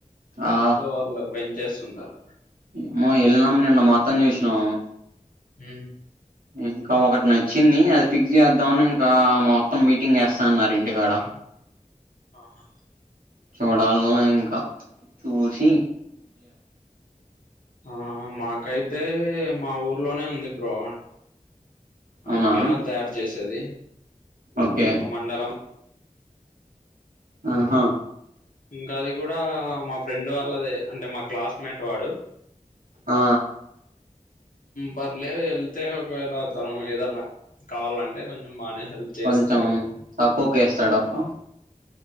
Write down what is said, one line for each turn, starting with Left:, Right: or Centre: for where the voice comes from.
Right: ఆ
Left: సో అట్లా పెంచేసుంటారు
Right: ఏమో వెళ్ళినాం నిన్న మొత్తం చూసినాము
Left: ఉ
Right: ఇంకా ఒకటి నచ్చింది అది ఫిక్స్ చేద్దామని ఇంకా మొత్తం మీటింగ్ చేస్తాన్నరు ఇంటికాడ
Left: ఆహా
Right: చూడాలని ఇంకా చూసి
Left: ఆ మాకైతే మా ఊర్లోనే ఉంది బ్రో
Right: అవునా
Left: విగ్రహాలు తయారు చేసేవి
Right: ఓకే
Left: ఉమ్ మండపం
Right: ఆహా
Left: ఇంకా అది కూడా మా ఫ్రెండ్ వాళ్ళదే అంటే మా క్లాస్మేట్ వాడు
Right: ఆ
Left: పర్లేదు వెళ్తే ఒకవేళ తను ఏదన్నా కావాలంటే కొంచెం బాగానే హెల్ప్ చేస్తాడు
Right: కొంచెం తక్కువకే ఇస్తాడు అపుడు